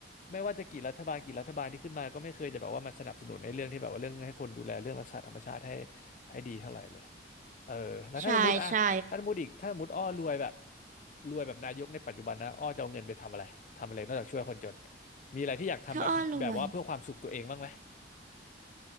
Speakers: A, on the left; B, on the right.
A: ไม่ว่าจะกี่รัฐบาลกี่รัฐบาลที่ขึ้นมาก็ไม่เคยจะแบบว่ามาสนับสนุนในเรื่องที่แบบว่าเรื่องให้คนดูแลเรื่องรักษาธรรมชาติให้ให้ดีเท่าไหร่เลย เออแล้วถ้าสมมติอะถ้าสมมติอีกถ้าสมมติอ้อรวยแบบ
B: ใช่ใช่
A: รวยแบบนายกในปัจจุบันนะอ้อจะเอาเงินไปทำอะไรทำอะไรนอกจากช่วยคนจนมีอะไรที่อยากทำแบบแบบว่าเพื่อความสุขตัวเองบ้างไหม
B: ถ้าอ้อรวย